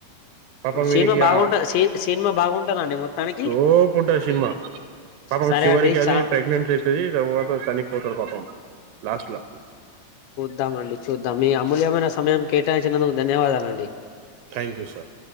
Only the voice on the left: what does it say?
సినిమా
బాగుంట సి సినిమా బాగుంటదండి మొత్తానికి
సరే
అండి
చా
చూద్దామండి చూద్దాం మీ అమూల్యమైన సమయం కేటాయించినందుకు ధన్యవాదాలండి